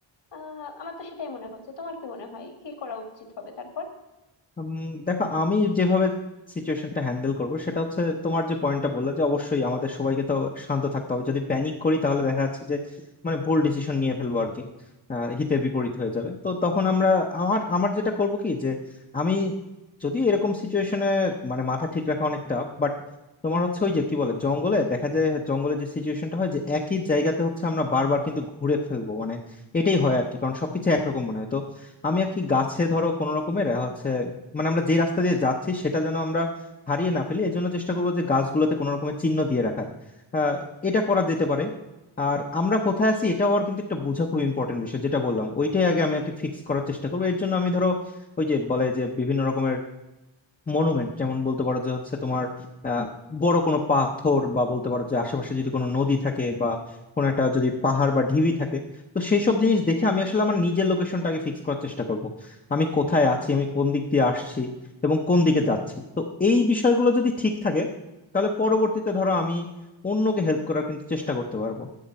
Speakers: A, on the left (about 55°); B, on the left (about 20°).
A: আহ আমার তো সেটাই মনে হচ্ছে তোমার কি মনে হয় কি করা উচিত হবে তারপর
B: উম, দেখো আমি যেভাবে সিচুয়েশনটা হ্যান্ডেল করব সেটা হচ্ছে তোমার যে পয়েন্টটা বললে যে অবশ্যই আমাদের সবাইকে তো শান্ত থাকতে হবে যদি প্যানিক করি তাহলে দেখা যাচ্ছে যে মানে ভুল ডিসিশন নিয়ে ফেলবো আর কি আহ, হিতে বিপরীত হয়ে যাবে তো তখন আমরা আমার আমার যেটা করব কি যে আমি যদি এরকম সিচুয়েশনে মানে মাথা ঠিক রাখা অনেকটা বাট তোমার হচ্ছে ওই যে কি বলে জঙ্গলে দেখা যায় জঙ্গলে যে সিচুয়েশনটা হয় যে একই জায়গাতে হচ্ছে আমরা বারবার কিন্তু ঘুরে ফেলবো মানে এটাই হয় আর কি কারণ সবকিছু একরকম মনে হয় তো আমি আর কি গাছে ধরো কোন রকমের হচ্ছে মানে আমরা যে রাস্তা দিয়ে যাচ্ছি সেটা যেন আমরা হারিয়ে না ফেলি এজন্য চেষ্টা করবো যে গাছগুলোতে কোনো রকমের চিহ্ন দিয়ে রাখার আহ, এটা করা যেতে পারে আর আমরা কোথায় আছি এটাও আর কিন্তু একটা বোঝা খুব ইম্পর্টেন্ট বিষয় যেটা বললাম ওইটাই আগে আমি আর কি ফিক্স করার চেষ্টা করবো এর জন্য আমি ধরো ওই যে বলে যে বিভিন্ন রকমের মনুমেন্ট যেমন বলতে পারো যে হচ্ছে তোমার আহ, বড় কোনো পাথর বা বলতে পারো যে আশেপাশে যদি কোনো নদী থাকে বা কোনো একটা যদি পাহাড় বা ঢিবি থাকে তো সেই সব জিনিস দেখে আমি আসলে আমার নিজের লোকেশনটা আগে ফিক্স করার চেষ্টা করব আমি কোথায় আছি আমি কোন দিক দিয়ে আসছি এবং কোন দিকে যাচ্ছি তো এই বিষয়গুলো যদি ঠিক থাকে তাহলে পরবর্তীতে ধরো আমি অন্যকে হেল্প করার কিন্তু চেষ্টা করতে পারবো